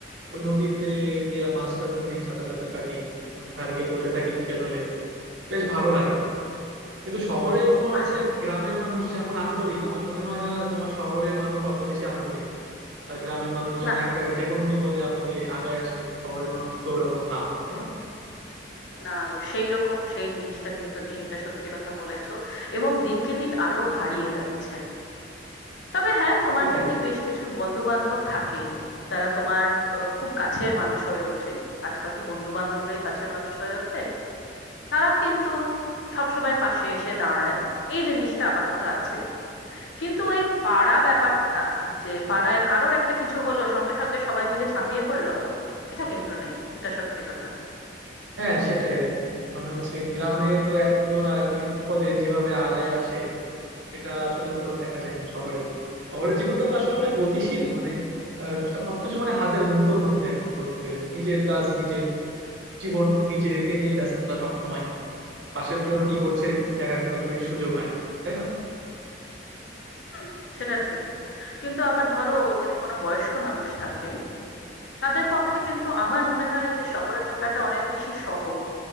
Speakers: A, on the right; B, on the left.
A: ওই নদীতে গিয়া মাছ টাছ ধরি সাঁতার টাতার কাটি নদীর ধারে গিয়া বসে থাকি বিকেল হলে বেশ ভালো লাগে কিন্তু শহরে তোমার
B: বাহ,
A: হচ্ছে গ্রামের মানুষ যেমন আন্তরিক আমার মনে হয় না তোমার শহরের মানুষ অত বেশি আন্তরিক আর গ্রামের মানুষ যেমন
B: না
A: একটা যে কোনো বিপদে আপদে আগায় আসে শহরের মানুষ তো ওরকম না তাই না
B: না গো সেই রকম সেই জিনিসটা কিন্তু নেই এটা সত্যি কথা বলেছো এবং দিনকে দিন আরো হারিয়ে যাচ্ছে তবে হ্যাঁ তোমার
A: সেটাই
B: যদি বেশ কিছু বন্ধু বান্ধব থাকে যারা তোমার আহ, খুব কাছের মানুষ হয়ে ওঠে আজকাল তো বন্ধু বান্ধবরাই কাছের মানুষ হয়ে ওঠে তারা কিন্তু সবসময় পাশে এসে দাঁড়ায় এই জিনিসটা আপাতত আছে কিন্তু ওই পাড়া ব্যাপারটা যে পাড়ায় কারোর একটা কিছু হলো সঙ্গে সঙ্গে সবাই মিলে ঝাঁপিয়ে পড়লো এটা কিন্তু নেই এটা সত্যি কথা
A: হ্যাঁ সেটাই আর কি মানে হচ্ছে গ্রামে তো একজন আর একজনের বিপদে যেভাবে আগায় আসে এটা আসলে কোথাও দেখা যায় না শহরের দিকে শহরের জীবনটা তো আসলে অনেক গতিশীল মানে আহ, সবকিছু মানে হাতের মুঠোর মধ্যে একদম বলতে গেলে নিজের কাজ নিজের জীবন নিজেকে নিয়ে ব্যস্ততা সব সময় পাশের জন কি করছে দেখার খুব একটা বেশি সুযোগ হয় না তাই না
B: হুম সেটা ঠিক কিন্তু আবার ধরো যদি কোনো বয়স্ক মানুষ থাকে তাদের পক্ষে কিন্তু আমার মনে হয় যে শহরে থাকাটা অনেক বেশি সহজ